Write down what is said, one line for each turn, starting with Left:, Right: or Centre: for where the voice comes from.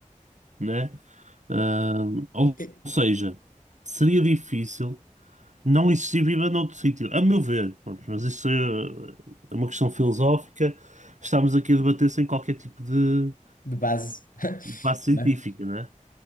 Right: né? Ahm, ou
Left: E-
Right: seja, seria difícil não existir vida noutro sítio, a meu ver. Pronto, mas isso é é uma questão filosófica. Estamos aqui a debater sem qualquer tipo de,
Left: De base.
Right: de
Left: <laughs>
Right: base científica,
Left: né?
Right: né?